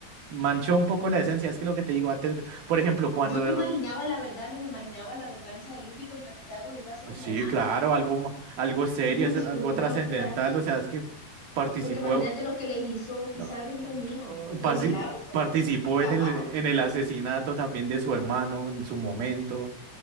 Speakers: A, on the right; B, on the left.
A: manchó un poco la esencia. Es que lo que te digo antes, de- por ejemplo, cuando...
B: Yo me
A: er-
B: imaginaba, la verdad, lo me imaginaba la venganza de Luffy contra Kizaru iba a ser como
A: Sí,
B: más,
A: claro,
B: guau,
A: algo, ma- algo serio,
B: uy,
A: es algo
B: como una
A: trascendental,
B: locura.
A: o sea, es que participó,
B: Porque imagínate lo que les hizo Kizaru,
A: ah,
B: Dios
A: ah,
B: mío, de
A: pasi-
B: milagros
A: participó
B: salvaron.
A: en el, en el asesinato también de su hermano en su momento.